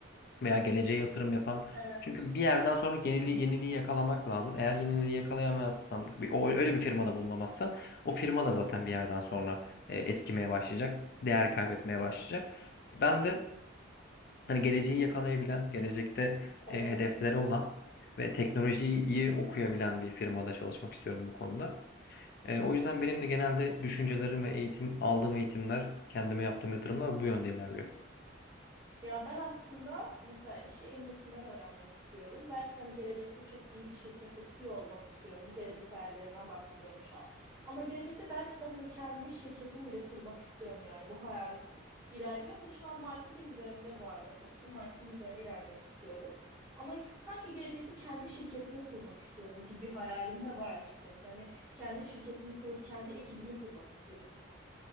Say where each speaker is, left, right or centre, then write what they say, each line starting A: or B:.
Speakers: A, on the left; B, on the right.
A: veya geleceğe yatırım yapan
B: Evet.
A: çünkü bir yerden sonra yeniliği, yeniliği yakalamak lazım. Eğer yeniliği yakalayamazsan, bir- o öyle bir firmada bulunamazsan o firma da zaten bir yerden sonra e, eskimeye başlayacak, değer kaybetmeye başlayacak. Ben de Hani geleceği yakalayabilen, gelecekte
B: Evet.
A: e, hedefleri olan ve teknolojiyi iyi okuyabilen bir firmada çalışmak istiyorum bu konuda. E, o yüzden benim de genelde düşüncelerim ve eğitim aldığım eğitimler, kendime yaptığım yatırımlar bu yönde ilerliyor.
B: Ya ben aslında mesela işi en iyisinden öğrenmek istiyorum. Belki de hani gelecekte çok iyi bir şirkette CEO olmak istiyorum. Gelecek hayallerimden bahsediyorum şu an. Ama gelecekte belki de hani kendi şirketimi bile kurmak istiyorum yani. Bu hayal ilerliyor ama şu an marketing üzerine bu arada seçtim. Marketing üzerine ilerlemek istiyorum. Ama sanki gelecekte kendi şirketimi kurmak istiyorum gibi bir hayalim de var açıkçası. Hani kendi şirketimi kurup kendi ekibimi kurmak istiyorum.